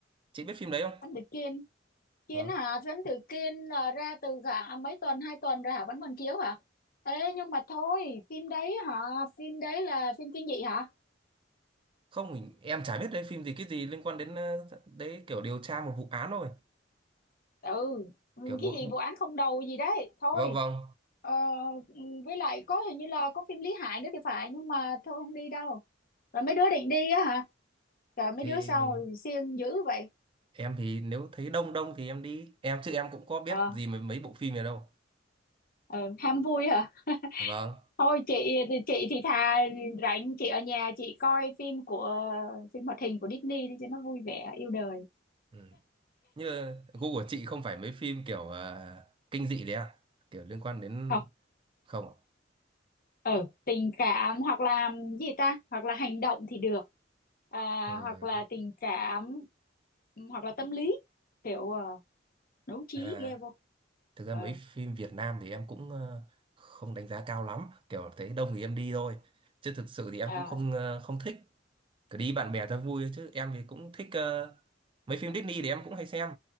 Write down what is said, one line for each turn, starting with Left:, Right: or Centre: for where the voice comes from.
Right: chị biết phim đấy không
Left: anh từ Kiên Kiên
Right: vâng
Left: hả phim từ Kiên là ra từ cả mấy tuần hai tuần rồi hả vẫn còn chiếu hả ê nhưng mà thôi phim đấy hả phim đấy là phim kinh dị hả
Right: không mình- em chả biết đấy phim gì cái gì liên quan đến ờ, đấy kiểu điều tra một vụ án thôi
Left: ừ ừ,
Right: kiểu bộ,
Left: cái gì
Right: bộ
Left: vụ án không đầu gì đấy thôi
Right: vâng vâng
Left: ờ, ừ, với lại có hình như là có phim Lý Hải nữa thì phải nhưng mà thôi không đi đâu rồi mấy đứa định đi á hả Rồi mấy
Right: thì
Left: đứa sao siêng dữ vậy?
Right: em thì nếu thấy đông đông thì em đi em chứ em cũng có biết
Left: Ờ,
Right: gì mấy mấy bộ phim này đâu
Left: ờ, ham vui hả?
Right: vâng
Left: Thôi chị chị thì thà rảnh chị ở nhà chị coi phim của phim hoạt hình của Disney đi cho nó vui vẻ yêu đời.
Right: ừ. như gu của chị không phải mấy phim kiểu à, kinh dị đấy à kiểu liên quan đến
Left: Không,
Right: không ạ?
Left: ờ, tình cảm hoặc là gì ta? Hoặc là hành động thì được. À,
Right: ừ.
Left: hoặc là tình cảm hoặc là tâm lý kiểu ờ, đấu trí
Right: à,
Left: ghê vô.
Right: thực ra
Left: Ờ,
Right: mấy phim Việt Nam thì em cũng ờ, không đánh giá cao lắm kiểu thấy đông thì em đi thôi chứ thực sự thì em
Left: à,
Right: cũng không ờ, không thích cứ đi bạn bè cho vui thôi. chứ em thì cũng thích ờ, mấy phim Disney thì em cũng hay xem